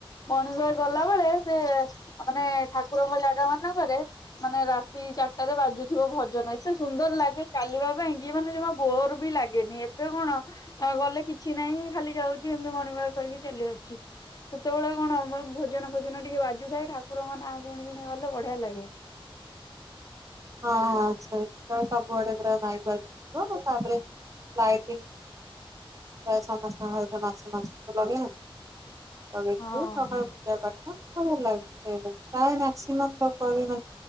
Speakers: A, on the left; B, on the right.
A: ମର୍ଣ୍ଣିଙ୍ଗ ୱାର୍କ ଗଲା ବେଳେ ସେ ମାନେ ଠାକୁରଙ୍କ ଜାଗା ମାନେ ଙ୍କରେ ମାନେ ରାତି ଚାରିଟାରେ ବାଜୁଚି ଭଜନ ଏତେ ସୁନ୍ଦର ଲାଗେ ଚାଲିବା ପାଇଁ କି ମାନେ ଜମା ବୋର୍ ବି ଲାଗେନି ଏବେ କଣ ଗଲେ କିଛି ନାହିଁ ଖାଲି ଯାଉଚି ଏମିତି ମର୍ଣ୍ଣିଙ୍ଗ ୱାର୍କ କରିକି ଚାଲି ଆସୁଚି ସେତେବେଳେ କଣ ଭଜନ ଭଜନ ଟିକେ ବାଜୁଥାଏ ଠାକୁରଙ୍କ ନାଁ ଶୁଣି ଶୁଣି ଗଲେ ବଢିଆ ଲାଗେ।
B: ହଁଁ ସେ ସବୁଆଡେ ପୁରା ମାଇକି ବାଜୁଥିବ ତାପରେ ଲାଇଟି ପ୍ରାଏ ସମସ୍ତଙ୍କ ଘରେ ତ ମାସ ମାସ ଠୁ ଲାଗେ। ଲଗେଇଥିବେ
A: ହଁ।
B: ସକାଳୁ ପୂଜା ପାଠ ଭଲ ଲାଗି ପ୍ରାୟ ମାକ୍ସିମମ୍ ତ <unintelligible> ମାନେ